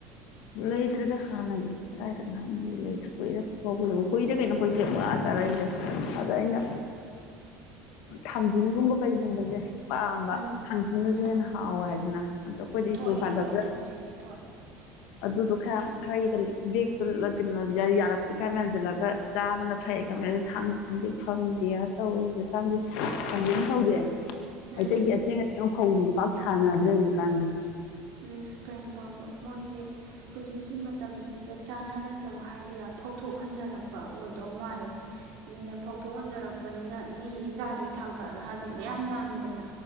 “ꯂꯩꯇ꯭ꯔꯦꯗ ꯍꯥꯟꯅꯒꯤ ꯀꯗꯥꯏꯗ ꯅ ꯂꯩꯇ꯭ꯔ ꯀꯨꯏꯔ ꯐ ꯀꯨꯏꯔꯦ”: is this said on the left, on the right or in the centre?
Left